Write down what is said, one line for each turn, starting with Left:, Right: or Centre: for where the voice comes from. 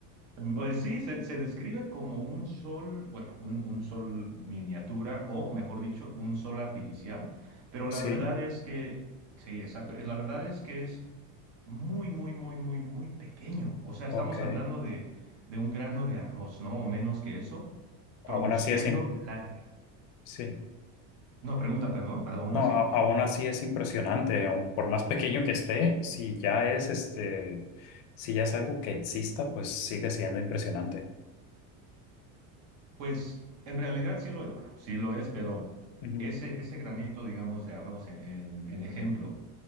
Right: Pues sí, se, se describe como un sol, bueno, un, un sol miniatura, o mejor dicho, un sol artificial, pero
Left: ¿sí?
Right: la verdad es que, sí, exacto, eh, la verdad es que es muy, muy, muy, muy, muy pequeño. O sea, estamos
Left: Ok.
Right: hablando de, de un grano de arroz, ¿no? O menos que eso, produciendo
Left: Aún así es, im-
Right: la...
Left: sí.
Right: No, pregunta, perdón, aún
Left: No,
Right: así.
Left: a- aún así es impresionante, aun por más pequeño que esté, si ya es este, si ya es algo que exista, pues sigue siendo impresionante.
Right: Pues en realidad sí lo es, bueno, sí lo es, pero
Left: Ujú.
Right: ese, ese granito, digamos, de arroz, en, en- en ejemplo,